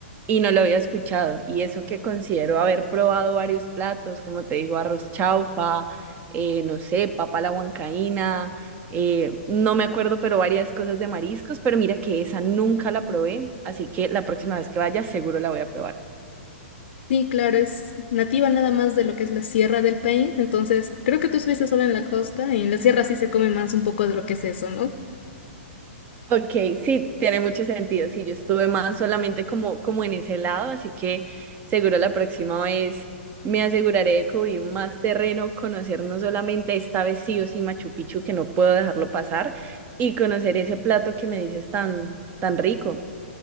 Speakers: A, on the right; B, on the left.
A: y no lo había escuchado. Y eso que considero haber probado varios platos, como te digo, arroz chaufa, eh, no sé, papa a la huancaína, eh, no me acuerdo, pero varias cosas de mariscos. Pero mira que esa nunca la probé, así que la próxima vez que vaya seguro la voy a probar.
B: Sí, claro, es nativa nada más de lo que es la sierra del país, entonces creo que tú estuviste solo en la costa y en la sierra sí se come más un poco de lo que es eso, ¿no?
A: Ok, sí, tiene mucho sentido. Sí, yo estuve más solamente como, como en ese lado, así que seguro la próxima vez me aseguraré de cubrir más terreno, conocer no solamente esta vez sí o sí Machu Picchu, que no puedo dejarlo pasar, y conocer ese plato que me dices tan, tan rico.